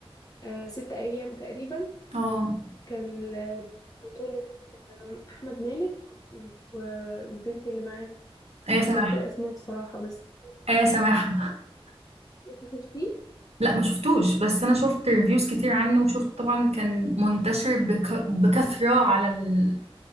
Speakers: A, on the left; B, on the right.
A: آه ست أيام تقريبا
B: اه
A: كان ل- بطولة آم، أحمد مالك والبنت اللي معاه مش
B: ايه
A: متذكرة
B: سماحة
A: اسمها بصراحة بس
B: ايه سماحة <laughs>
A: انتي شفتيه؟
B: لا ما شفتوش بس انا شفت ريفيوز كتير عنه وشفت طبعا كان منتشر بك... بكثرة على ال...